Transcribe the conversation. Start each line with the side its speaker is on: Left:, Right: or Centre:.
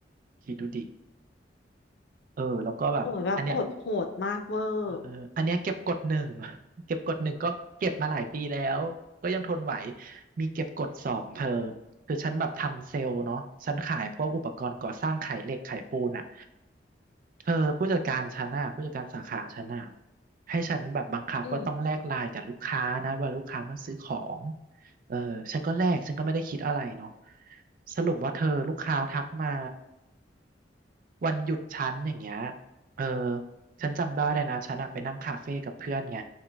Right: คิดดูดิเออแล้วก็แบบอันเนี้ย
Left: โอ้ยแบบกดโหดมากเวอร์
Right: เอออันเนี้ยเก็บกดหนึ่ง <laughs> เก็บกดหนึ่งก็เก็บมาหลายปีแล้วก็ยังทนไหวมีเก็บกดสองเธอคือฉันแบบทำเซลล์เนาะฉันขายพวกอุปกรณ์ก่อสร้างขายเหล็กขายปูนอ่ะเธอผู้จัดการฉันน่ะผู้จัดการสาขาฉันน่ะให้ฉันแบบบังคับว่าต้องแลกไลน์กับลูกค้านะว่าลูกค้ามาซื้อของ
Left: อืม
Right: เออฉันก็แลกฉันก็ไม่ได้คิดอะไรเนาะสรุปว่าเธอลูกค้าทักมา วันหยุดฉันอย่างเงี้ยเออฉันจำได้เลยนะฉันอะไปนั่งคาเฟ่กับเพื่อนไง